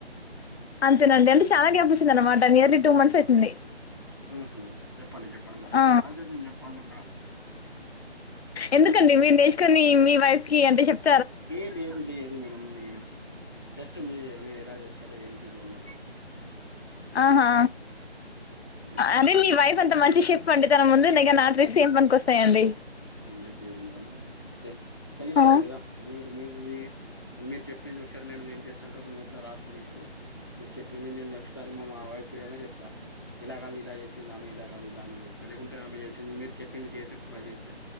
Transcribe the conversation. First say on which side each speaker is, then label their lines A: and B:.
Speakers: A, on the left; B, on the left.
A: అంతేన అండి అంటే చాలా గ్యాప్ వచ్చింది అనమాట నియర్లీ టూ మంత్స్ అయితుంది.
B: ఉహుం చెప్పండి చెప్పండి మరి
A: ఆ!
B: ప్రాసెసింగ్ చెప్పండి మేడం
A: ఎందుకండి మీరు నేచుకొని మీ వైఫ్ కి అంటే చెప్
B: ఏ లేదు లేదు మేడం నేను జస్ట్ మీ మీరు ఎలా చేస్తారు ఏంటి <unintelligible>
A: ఆహా
B: ఉమ్.
A: అదే నీ వైఫ్ అంతా మంచి షేఫ్ వండితనం ముంది నిగ నా ట్రిక్స్ ఏం పనికొస్తాయండి
B: ఉండే లేదు మేడం కే తెలుస్తది
A: ఆ!
B: కదా మీరు మీరుది మీరు చెప్పింది ఒకసారి నేను ఏం చేస్తానంటు ఒక నోట్లో రాసుకోని ఇప్పుడు మీరు చెప్పింది నేను నెక్స్ట్ సార్ మా వైఫ్ చేయంగా చెప్తా ఇలా కాదు ఇలా చేసింది ఆమె ఇలా కాదు ఇలా అని చెప్త లేకుంటే ఆమె చేసింది మీరు చెప్పింది చేసి ట్రై చేస్తే